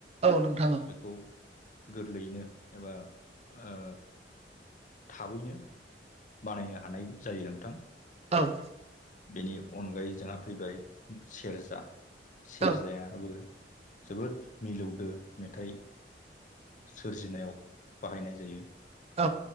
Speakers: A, on the right; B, on the left.
A: औ नोंथां औ।
B: बेखौ गोरलैयैनो एबा ओ थाबैनो बानायनो हानाय जायो नोंथां।
A: औ
B: बेनि अनगायै जोंहा फैबाय सेरजा। सेरजाया
A: औ
B: <unintelligible> जोबोद मिलौदो मेथाइ सोरजिनायाव बाहायनाय जायो।
A: औ